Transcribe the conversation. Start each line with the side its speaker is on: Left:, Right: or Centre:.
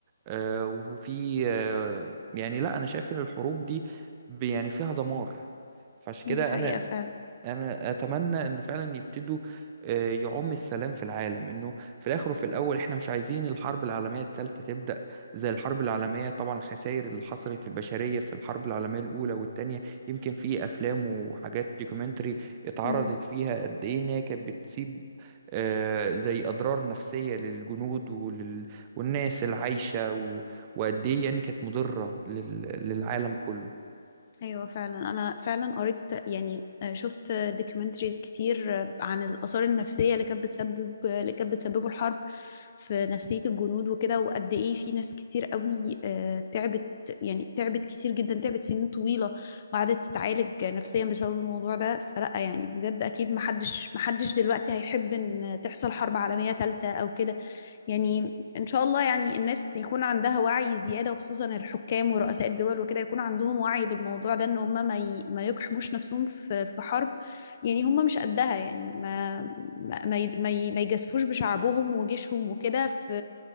Right: آه، وفي آه، يعني لا أنا شايف إن الحروب دي ب- يعني فيها دمار فعشان
Left: دي
Right: كده
Left: حقيقة
Right: أنا
Left: فعلا
Right: انا اتمنى ان فعلا يبتدوا آه، يعم السلام في العالم انه في الاخر وفي الاول احنا مش عايزين الحرب العالميه الثالثه تبدا زي الحرب العالميه طبعا الخسائر اللي حصلت في البشريه في الحرب العالميه الاولى والثانيه يمكن في افلام وحاجات دوكيومنتري اتعرضت
Left: مم.
Right: فيها قد ايه ان هي كانت بتسيب آه، زي اضرار نفسيه للجنود ولل... والناس العايشه و... وقد ايه يعني كانت مضره لل... للعالم كله
Left: ايوه فعلا انا فعلا قريت يعني آه، شفت دوكيومنتريز كتير آه، عن الاثار النفسيه اللي كانت بتسبب اللي كانت بتسببه الحرب في نفسيه الجنود وكده وقد ايه في ناس كتير قوي آه، تعبت يعني تعبت كتير جدا تعبت سنين طويله وقعدت تتعالج نفسيا بسبب الموضوع ده فلا يعني بجد اكيد محدش محدش دلوقتي هيحب ان تحصل حرب عالميه ثالثه او كده يعني ان شاء الله يعني الناس يكون عندها وعي زيادة وخصوصا الحكام ورؤساء الدول وكده يكون عندهم وعي بالموضوع ده ان هم ما ي... ما يقحموش نفسهم في في حرب يعني هم مش قدها يعني ما ما ما ي... ما ي- ما يجازفوش بشعبهم وجيشهم وكده في